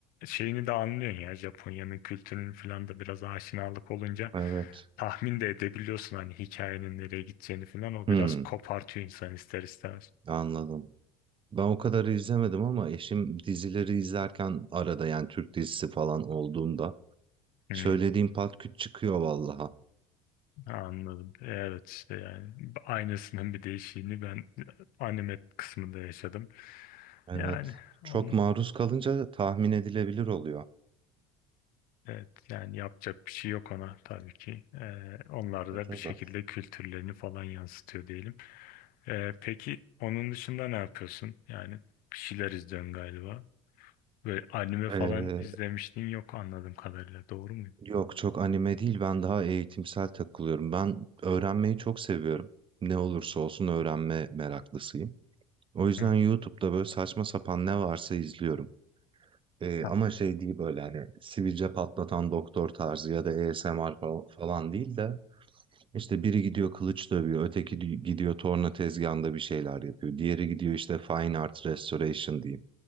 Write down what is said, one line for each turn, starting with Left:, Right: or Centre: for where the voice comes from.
Left: şeyini de anlıyorsun ya Japonya'nın kültürünün falan da biraz aşinalık olunca
Right: Evet.
Left: tahmin de edebiliyorsun hani hikayenin nereye gideceğini falan o
Right: Hmm,
Left: biraz kopartıyor insan ister istemez.
Right: anladım. Ben o kadar izlemedim ama eşim dizileri izlerken arada yani Türk dizisi falan olduğunda
Left: Hmm,
Right: söylediğim pat küt çıkıyor vallaha.
Left: anladım. Evet işte yani aynısının bir değişiğini ben anime kısmında yaşadım.
Right: Evet.
Left: Yani
Right: Çok
Left: on
Right: maruz kalınca tahmin edilebilir oluyor.
Left: evet yani yapacak bir şey yok ona tabii ki. Ee, onlar
Right: E
Left: da
Right: tabii.
Left: bir şekilde kültürlerini falan yansıtıyor diyelim. Ee, peki onun dışında ne yapıyorsun? Yani bir şeyler izliyorsun galiba. Böyle anime
Right: Ee,
Left: falan izlemiştin yok anladığım kadarıyla. Doğru muyum?
Right: yok çok anime değil ben daha eğitimsel takılıyorum. Ben öğrenmeyi çok seviyorum. Ne olursa olsun öğrenme meraklısıyım. O yüzden
Left: Hı.
Right: YouTube'da böyle saçma sapan ne varsa izliyorum. Ee,
Left: Ha.
Right: ama şey değil böyle hani sivilce patlatan doktor tarzı ya da ASMR fa- falan değil de işte biri gidiyor kılıç dövüyor, öteki di- gidiyor torna tezgahında bir şeyler yapıyor. Diğeri gidiyor işte fine art restoration diyeyim.